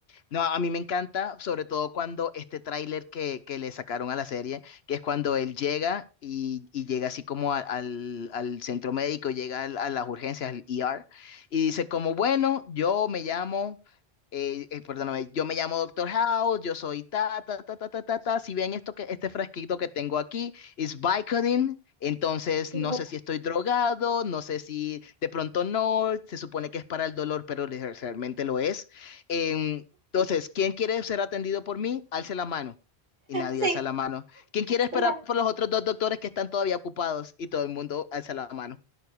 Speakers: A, on the left; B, on the right.
A: No, a mí me encanta, sobre todo cuando este tráiler que, que le sacaron a la serie, que es cuando él llega y, y llega así como a- al, al centro médico, llega al- a las urgencias, al ER, y dice como, bueno, yo me llamo, eh, eh, perdóname, yo me llamo Doctor House, yo soy ta, ta, ta, ta, ta, ta, ta, si ven esto que, este frasquito que tengo aquí, es Vicodin. Entonces,
B: <laughs>
A: no sé si estoy drogado, no sé si de pronto no, se supone que es para el dolor, pero realmente lo es. Em, entonces, ¿quién quiere ser atendido por mí? Alce la mano. Y nadie
B: Sí,
A: alza la mano. ¿Quién quiere esperar
B: la-
A: por los otros dos doctores que están todavía ocupados? Y todo el mundo alza la mano.